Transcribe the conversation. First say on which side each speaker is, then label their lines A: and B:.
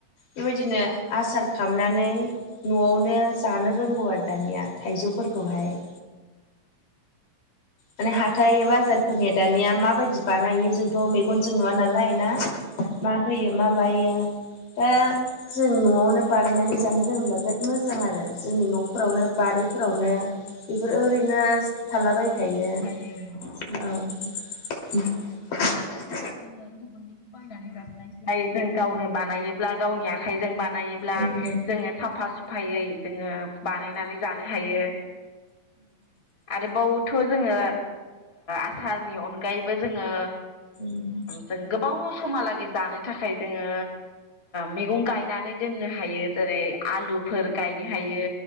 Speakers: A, on the left; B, on the left.
A: बेबायदिनो आसार खालामनानै न'आवनो जानो रोंगौ आरो दानिया थाइजौफोरखौहाय <inaudible> माने हाथाइ बाजारफोरनिया दानिया माबायदि बानायो जोंथ' मेगनजों नुव नालाय नायोना मा
B: औ
A: होयो मा मायो दा
B: औ
A: जों जों न'आवनो बानायनानै जानो रोंङोबब्ला बिराद मोजां आरो जोंनि न'फोरावनो
B: औ
A: बारिफोरावनो बेफोरो ओरैनो थालाबाय खायो
B: हायो
A: औ <unintelligible>
B: दा जोङो गुबुननिखौ बायनानै जास्लायस्लाय जों गावनो बानायोब्ला गावनि आखाइजों बानायोब्ला
A: औ
B: ब्ला जोङो साफा साफा सुफायै जोङो बानायनानै जानो हायो आरोबावथ' जोङो आसारनि अनगायैबो जोङो
A: औ
B: जों गोबाव समहालागै जानो थाखाय जोङो मैगं गायनानै दोननो हायो जेरै आलुफोर गायनो हायो